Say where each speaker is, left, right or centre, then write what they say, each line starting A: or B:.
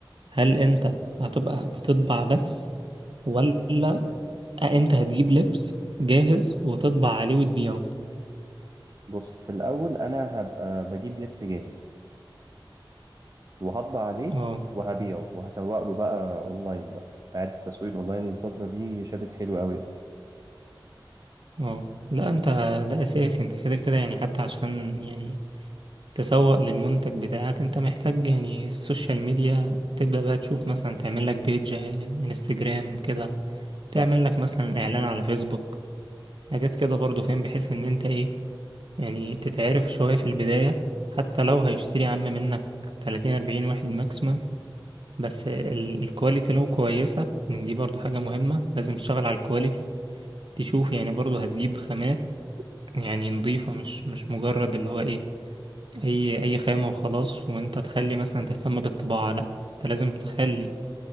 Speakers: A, on the right; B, on the right.
A: هل انت هتبقى بتطبع بس ولا انت هتجيب لبس جاهز وتطبع عليه وتبيعه
B: بص في الاول انا هبقى بجيب لبس جاهز وهطبع عليه
A: اه
B: وهبيعه وهسوق له بقى اونلاين بقى انت عارف التسويق اونلاين الفترة دي شادد حلو قوي يعني
A: اه لا انت ده اساسي انت كده كده يعني حتى عشان يعني تسوق للمنتج بتاعك انت محتاج يعني السوشيال ميديا تبدأ بقى تشوف مثلا تعمل لك بيج آه، انستجرام كده
B: صح
A: تعمل لك مثلا اعلان على فيسبوك حاجات كده برضو فاهم بحيث ان انت ايه يعني تتعرف شوية في البداية حتى لو هيشتري يا عم منك 30 40 واحد ماكسيمم بس ال- الكواليتي لو كويسة دي برضو حاجة مهمة لازم تشتغل على الكواليتي تشوف يعني برضو هتجيب خامات يعني نظيفة مش مش مجرد اللي هو ايه اي اي خامة وخلاص وانت تخلي مثلا تهتم بالطباعة لا انت لازم تخلي